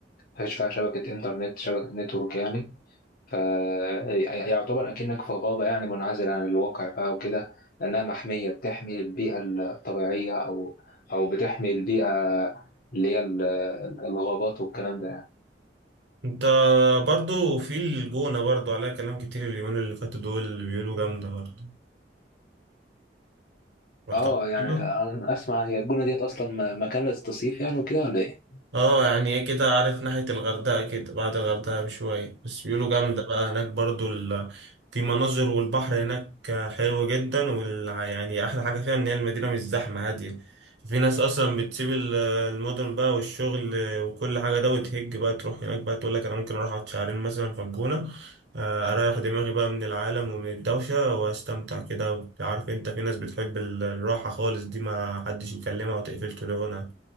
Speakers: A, on the left; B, on the right.
A: مفيش فيها شبكة إنترنت شبكة نتورك يعني فيعتبر أكنك في غابة يعني منعزل عن الواقع بقى وكده لأنها محمية بتحمي البيئة الطبيعية أو أو بتحمي البيئة اللي هي ال- الغابات والكلام ده يعني
B: انت برضو في الجونة برضو عليها كلام كتير اليومين اللي فاتوا دول اللي بيقولوا جامدة برضو رحت
A: اه
B: قبل
A: يعني
B: كده؟
A: أنا أسمع هي الجونة ديت أصلا م- مكان للتصيف يعني وكده ولا إيه؟
B: اه يعني ايه كده عارف ناحية الغردقة كده بعد الغردقة بشوية بس بيقولوا جامدة بقى هناك برضو ال... في مناظر والبحر هناك حلو جدا وال... يعني أحلى حاجة فيها إن هي المدينة مش زحمة هادية في ناس أصلا بتسيب ال- المدن بقى والشغل وكل حاجة ده وتهج بقى تروح هناك بقى تقول لك أنا ممكن أروح أقعد شهرين مثلا في الجونة آه، أريح دماغي بقى من العالم ومن الدوشة وأستمتع كده عارف أنت في ناس بتحب ال- الراحة خالص دي ما حدش يكلمها وتقفل تليفونها